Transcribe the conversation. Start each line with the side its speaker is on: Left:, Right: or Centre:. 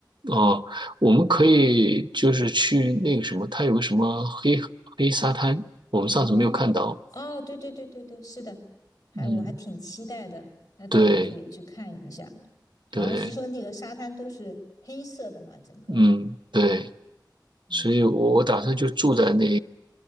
Right: 哦，我们可以就是去那个什么，
Left: 嗯
Right: 它有个什么黑黑沙滩，我们上次没有看到。
Left: 哦，哦，对对对对对，是的，还我还挺期待的，
Right: 嗯，
Left: 那倒是可以去看一下。
Right: 对
Left: 好像是说那个沙滩都是黑色的嘛，
Right: 对。
Left: 整个，
Right: 嗯，对，
Left: 嗯，
Right: 所以我我打算就住在那，